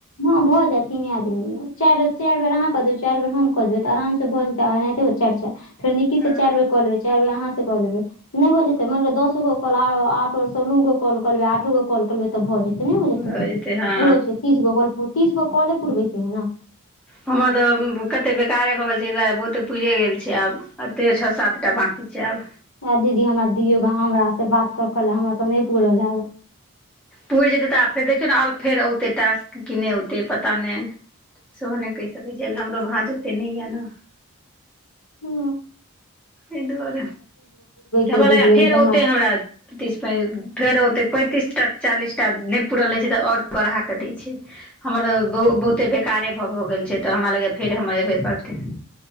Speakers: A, on the left; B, in the centre.
A: हँ भऽ जायत तीने आदमीमे चारि चारि बेर अहाँ कऽ देबै चारि बेर हम कऽ देबै तऽ आरामसँ भऽ जेतै आ एनाहिते होत चारि चारि फेर निक्की
B: हँ
A: सऽ चारि बेर कऽ लेबै चारि बेर अहाँ से कऽ लेबै नहि हो जेतै माइन लिअ दस गो कॉल आ आठो सऽ नौगो कॉल कऽ लेबै आठो गो कॉल कऽ लेबै तऽ भऽ जेते नहि हो जेतै
B: भऽ हँ
A: रोज तीस गो कल तीसगो कॉले पुरबे के है ने
B: हमर तऽ कते बेकारे भऽ गेल छै एहि दुआरे बहुते पुरे गेल छै आब आ तैयो छओ सातटा बाँकी छै आब
A: ह दीदी हमरा दुइयेगो हमरासऽ बात कऽ कऽ हमरा तऽ नहि पूरल है
B: पूरि जेतै तऽ आब फेर देखियौ ने आ फेर औतै टास्क कि नय औतै पता नहि सेहो नहि कहि सकैत छी आब हमरो भांज एते नहि य ने
A: हू
B: ऐन दुआरे, केबो
A: के है दीदी
B: लगा
A: अभी
B: फेर
A: तऽ
B: औते हमरा तीस पै फेर ओते पैतीस टा चालीस टा नयि पूरल रहै छै तऽ ओर बढ़ा कऽ दे छै। हमर बहु- बहुते बेकारे भ-भ गेल छै तऽ हमरा लग फेरे हमर अबे करते।